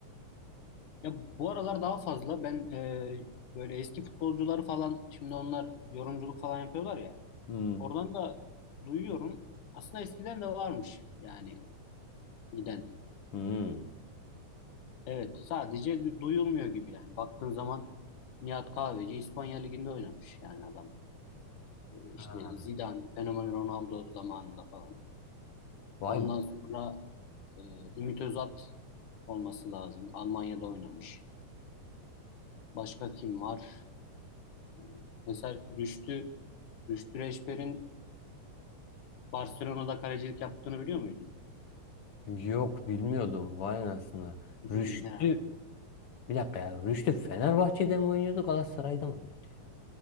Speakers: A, on the left (about 80°); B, on the left (about 50°).
A: Ya bu aralar daha fazla ben e, böyle eski futbolcuları falan şimdi onlar yorumculuk falan yapıyorlar ya.
B: Hmm.
A: Oradan da duyuyorum. Aslında eskiden de varmış yani giden.
B: Hmm.
A: Evet, sadece du- duyulmuyor gibi yani. Baktığın zaman Nihat Kahveci İspanya Ligi'nde oynamış yani adam. Ee, İşte
B: Ha.
A: Zidane, Fenomen Ronaldo zamanında falan.
B: Vay
A: Ondan
B: be.
A: sonra e, Ümit Özat olması lazım. Almanya'da oynamış. Başka kim var? Hmm, Mesela Rüştü, Rüştü Reçber'in Barcelona'da kalecilik yaptığını biliyor muydun?
B: Yok bilmiyordum. Vay anasını.
A: <laughs>
B: Rüştü.
A: Ya.
B: Bir dakika ya. Rüştü Fenerbahçe'de mi oynuyordu Galatasaray'da mı oynuyordu? ya?